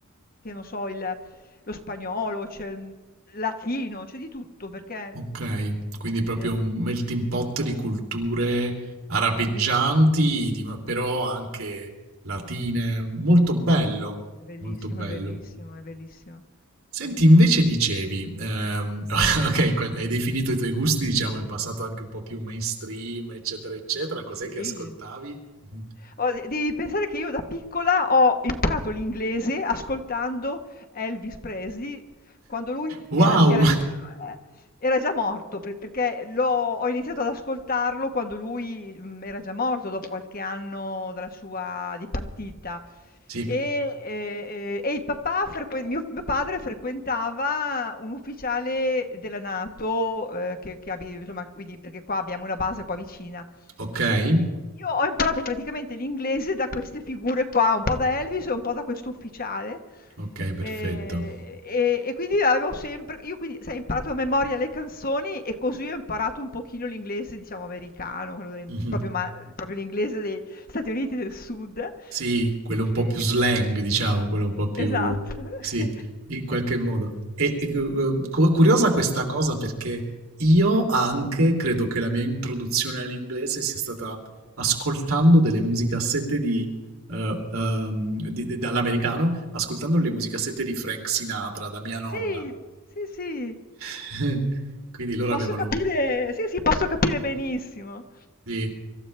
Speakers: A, on the left; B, on the right.
A: che non so il lo spagnolo, c'è il latino, c'è di tutto perché,
B: ok.
A: mhmm, veramente,
B: Quindi proprio un melting pot di culture arabeggianti,
A: ehm, belliss
B: di- però anche latine. Molto bello,
A: è bellissimo,
B: molto bello.
A: è bellissimo, è bellissimo.
B: Senti, invece dicevi, ehm, <laughs> okay, que hai definito i tuoi gusti, diciamo, in passato anche un po' più mainstream, eccetera, eccetera. Cos'è
A: Sì.
B: che ascoltavi? Mh-mh.
A: Oh, de devi pensare che io da piccola ho imparato l'inglese ascoltando Elvis Presley quando lui
B: Wow!
A: era era già
B: <laughs>
A: ehm, era già morto, pre perché l'ho ho iniziato ad ascoltarlo quando lui, mhmm, era già morto dopo qualche anno dalla sua dipartita.
B: Sì,
A: E ehm, e il papà frequen mio mio padre frequentava un ufficiale della NATO, ehm, che che abi insomma quindi perché qua abbiamo una base qua vicina.
B: okay,
A: E quindi io ho imparato praticamente l'inglese da queste figure qua, un po' da Elvis e un po' da questo ufficiale.
B: okay, perfetto.
A: E, e- e quindi avevo sempre, io quindi, sai, ho imparato a memoria le canzoni e così ho imparato un pochino l'inglese, diciamo, americano, quello dei-
B: Mh-mh.
A: proprio, ma- proprio l'inglese dei Stati Uniti del Sud. E-
B: Sì, quello un po' più
A: e-
B: slang, diciamo, quello un po' più...
A: esatto. <laughs>
B: sì, in qualche modo. E, e, cu- cu- curiosa questa cosa perché io anche credo che la mia introduzione all'inglese sia stata ascoltando delle musicassette di, eh, ehm, di- di- dall'americano, ascoltando le musicassette di Frank Sinatra da mia nonna.
A: Sì, sì, sì,
B: <laughs> Quindi loro
A: posso
B: avevano
A: capire, sì, sì, posso capire benissimo.
B: Sì.